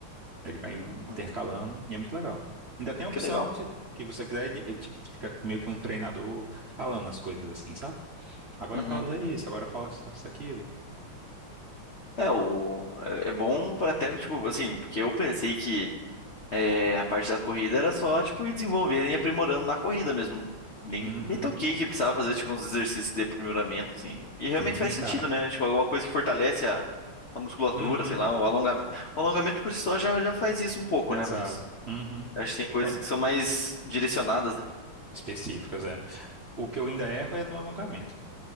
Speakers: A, on the right; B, on the left.
A: Aí Ele vai
B: Hum,
A: intercalando e é muito legal. Ainda tem a opção
B: Que legal.
A: que, se- que você quiser, ele, ele, tipo, fica meio que um treinador falando as coisas assim, sabe? Agora
B: Uhum.
A: fala isso, agora fala isso, aquilo.
B: É, o, é é bom pra até, tipo, assim, porque eu pensei que É, a parte da corrida era só, tipo, ir desenvolvendo e aprimorando na corrida mesmo. Nem
A: Uhum.
B: me toquei que precisava fazer, tipo, uns exercícios de aprimoramento, assim. E realmente
A: Tem,
B: faz sentido,
A: cara.
B: né? Tipo, alguma coisa que fortalece a, a musculatura,
A: Uhum.
B: sei lá, o alongamento. O alongamento por si só já, já faz isso um pouco,
A: Exato.
B: né? Mas
A: Uhum.
B: acho que tem coisas
A: É.
B: que são mais direcionadas, né?
A: Específicas, é. O
B: Uhum.
A: que eu ainda erro é no alongamento.